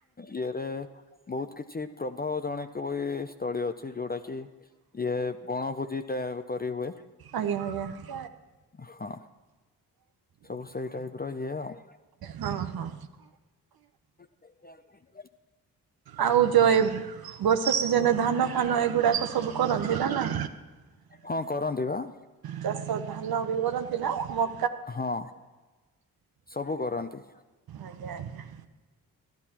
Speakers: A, on the left; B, on the right.
A: ଇଏରେ ବହୁତ କିଛି ପ୍ର ବହୁତ ଜଣେକ ବି ସ୍ଥଳୀ ଅଛି ଯୋଉଟା କି ଇଏ ବଣଭୋଜି ଟା କରିହୁଏ।
B: ଆଜ୍ଞା ଆଜ୍ଞା
A: ହଁ ସବୁ ସେଇ ଟାଇପ ର ଇଏ ଆଉ।
B: ହଁ ହଁ
A: ଆଛା
B: ଆଉ ଯେଉଁ ଏ ବର୍ଷା ସିଜନେ ଧାନ ଫାନ ଏଗୁଡ଼ାକ ସବୁ କରନ୍ତି ନା?
A: ହଁ କରନ୍ତି ବାଃ
B: ଚାଷ ଧାନ ବି କରନ୍ତି ନା ମୋ
A: ହଁ ସବୁ କରନ୍ତି
B: ଆଜ୍ଞା ଆଜ୍ଞା।